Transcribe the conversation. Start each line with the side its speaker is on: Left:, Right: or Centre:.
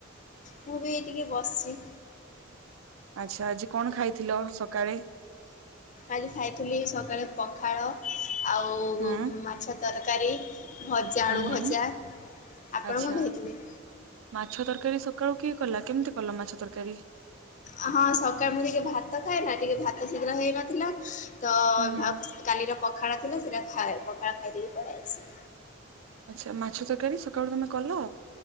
Left: ମୁଁ ବି ଟିକେ ବସିଛି।
Right: ଆଚ୍ଛା ଆଜି କଣ ଖାଇଥିଲ ସକାଳେ?
Left: ଆଜି ଖାଇଥିଲି ସକାଳେ ପଖାଳ ଆଉ
Right: ହୁଁ
Left: ମାଛ ତରକାରୀ, ଭଜା ଆଳୁ
Right: ହୁଁ ହୁଁ
Left: ଭଜା, ଆପଣ
Right: ଆଚ୍ଛା।
Left: କଣ ଖାଇଥିଲେ?
Right: ମାଛ ତରକାରୀ ସକାଳୁ କିଏ କଲା କେମିତି କଲ ମାଛ ତରକାରୀ?
Left: ହଁ ସକାଳେ ମୁଁ ଟିକେ ଭାତ ଖାଏ ନା ଟିକେ ଭାତ ଶୀଘ୍ର ହେଇନଥିଲା ତ
Right: ହୁଁ ହୁଁ
Left: ଆ କାଲିର ପଖାଳ ଥିଲା ସେଇଟା ଖାଏ ପଖାଳ ଖାଇଦେଇକି ପଲେଇ ଆସି
Right: ଆଚ୍ଛା ମାଛ ତରକାରୀ ସକାଳୁ ତମେ କଲ?